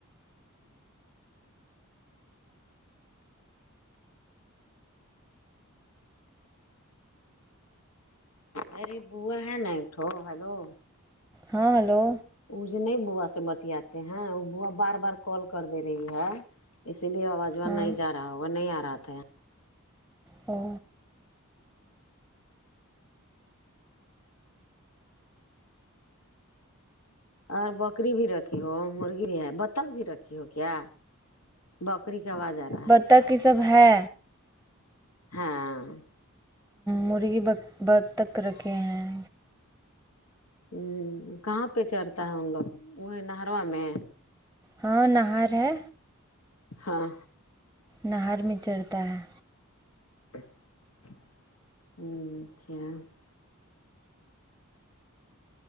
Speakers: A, on the left (about 85°); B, in the centre.
A: ارے بوو ہے ن اٹو ہلو
B: ہاں ہلو
A: وہ جو نہیں بوا سے بتیاتے ہیں وہ بوا بار بار کال کر دے رہی ہے اسی لیے آواز واز
B: ہاں
A: نہیں جا رہا ہوگا نہیں آ رہا تھا
B: او
A: اور بکری بھی رہتی ر ہو مرغی بھی ہے بتخ بھی رکھی ہو کیا بکری کی آواز آ رہا ہے
B: تک کی سب ہے
A: ہاں
B: مرغی ب بدق رکھے ہیں
A: ہ کہاں پہ چڑتا ہے ہم لوگ وہ نہروا میں
B: ہاں نہر ہے
A: ہاں
B: نہر میں چڑھتا ہے
A: ہ اچھا